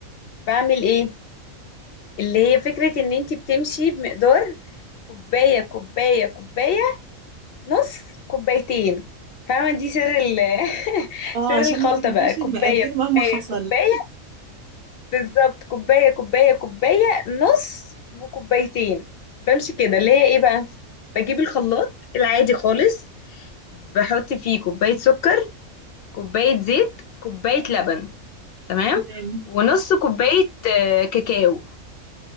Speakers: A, on the left; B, on the right.
A: بعمل ايه اللي هي فكره ان انت بتمشي بمقدار كوبايه كوبايه كوبايه نص كوبايتين فاهمه دي سر ال <laughs>
B: اه
A: سر
B: عشان
A: الخلطه
B: ما تنسيش
A: بقى كوبايه
B: المقادير مهما
A: كوبايه
B: حصل
A: كوبايه بالظبط كوباية كوباية كوباية نص وكوبايتين بمشي كده اللي هي ايه بقى بجيب الخلاط العادي خالص بحط فيه كوباية سكر كوباية زيت كوباية لبن تمام
B: تمام.
A: ونص كوباية آه، كاكاو